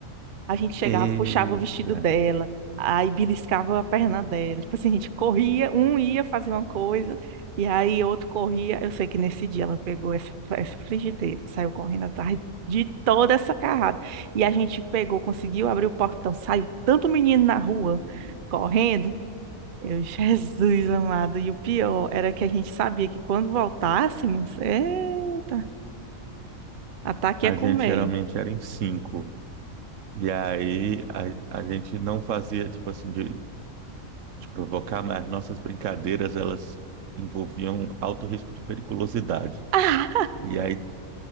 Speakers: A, on the right; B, on the right.
A: A gente chegava,
B: Eita!
A: puxava o vestido dela, aí beliscava a perna dela. Tipo assim, a gente corria, um ia fazer uma coisa, e aí outro corria. Eu sei que nesse dia ela pegou essa, essa frigideira, saiu correndo atrás de toda essa carrada. E a gente pegou, conseguiu abrir o portão, saiu tanto menino na rua correndo. Eu, <laughs> Jesus amado. E o pior era que a gente sabia que quando voltássemos, eita, ataque
B: A
A: ia comer.
B: gente geralmente era em cinco. E aí a, a gente não fazia, tipo assim, de, de provocar, mas as nossas brincadeiras, elas envolviam alto risco de periculosidade.
A: Ah,
B: E aí